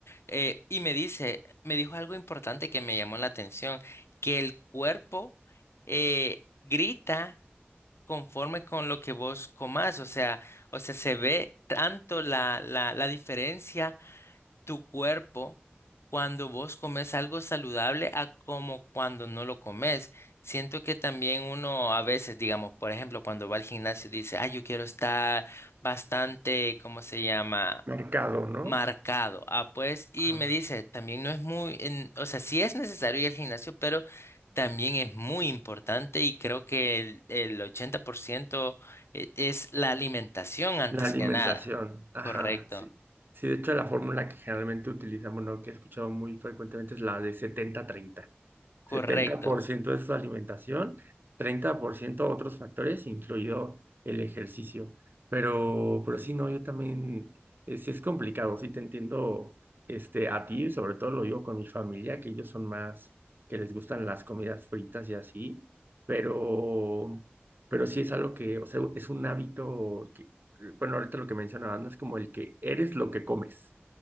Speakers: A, on the left (about 85°); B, on the right (about 50°).
A: Eh, y me dice, me dijo algo importante que me llamó la atención, que el cuerpo eh, grita conforme con lo que vos comás, o sea, o sea, se ve tanto la, la, la diferencia tu cuerpo cuando vos comes algo saludable a como cuando no lo comes. Siento que también uno a veces, digamos, por ejemplo, cuando va al gimnasio dice, ah, yo quiero estar bastante, ¿cómo se llama?
B: Mercado, ¿no?
A: marcado. Ah, pues, y
B: Ajá.
A: me dice, también no es muy, en- o sea, sí es necesario ir al gimnasio, pero también es muy importante y creo que el, el 80% e- es la alimentación antes
B: La alimentación,
A: que nada.
B: ajá.
A: Correcto,
B: Sí, sí, de hecho la fórmula que generalmente utilizamos, ¿no? Que he escuchado muy frecuentemente es la de 70 treinta
A: correcto,
B: setenta por ciento es su alimentación, 30% otros factores, incluido el ejercicio. Pero, pero sí, no, yo también, es, es complicado, sí te entiendo este, a ti, sobre todo lo digo con mi familia, que ellos son más, que les gustan las comidas fritas y así, pero, pero sí es algo que, o sea, es un hábito que, bueno, ahorita lo que mencionaban es como el que eres lo que comes.